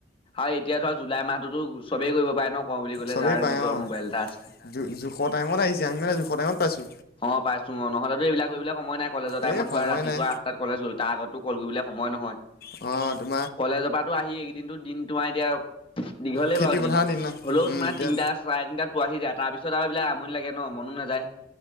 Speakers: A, on the left; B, on the left.
A: আৰু এতিয়া ধৰ জুলাই মাহতুটো চবেই কৰিব পাৰে ন কওঁ বুলি ক'লে
B: চবেই
A: যাৰ
B: পাই
A: নিজৰ
B: অ',
A: মোবাইল এটা আছে।
B: জো জোখৰ টাইমত আহিছে আমি মানে জোখৰ টাইমত পাইছো।
A: অ', পাইছো মই নহলে এইবিলাক কৰিবলৈ সময় নাই কলেজৰ টাইমত
B: এই সময়
A: ধোৱা ৰাতিপুৱা
B: নাই
A: আঠটাত কলেজ গল তাৰ আগতো কল কৰিবলে সময় নহয়।
B: অ', তুম
A: কলেজৰ পৰাটো আহি এইকেইদিনো দিন তোমাৰ এতিয়া দীঘলেই
B: খেতি
A: বাৰু দিন
B: পথাৰৰ ন
A: হ'লেও
B: উম,
A: তোমাৰ
B: এতিয়া
A: তিটা চাৰে তিনটা পোৱাহি যায় তাৰ পিছত তাৰ পিছত এইবিলাক আমনি লাগে ন মনো নাযায়।